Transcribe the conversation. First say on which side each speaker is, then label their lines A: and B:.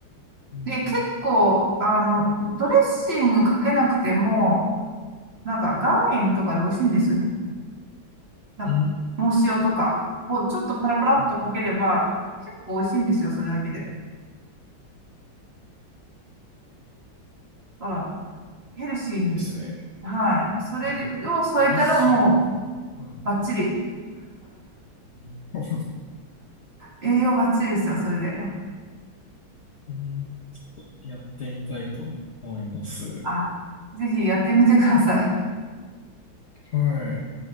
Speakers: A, on the left; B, on the right.
A: うん。
B: で、結構、あの、ドレッシングかけなくても、なんか、岩塩とかで美味しいんですよね。なんか、
A: えー、
B: 藻塩とかをちょっとパラパラっとかければ、
A: うん
B: 結構美味しいんですよ、それだけで。だから、ヘルシーに。
A: ですね。
B: はい。それを添えたらもう、
A: うんドレッシングとか、はい。
B: バッチリ。
A: うん
B: 栄養バッチリですよ、それで。
A: えーちょっとやってみたいと思います。
B: あ、ぜひやってみてください。
A: はい。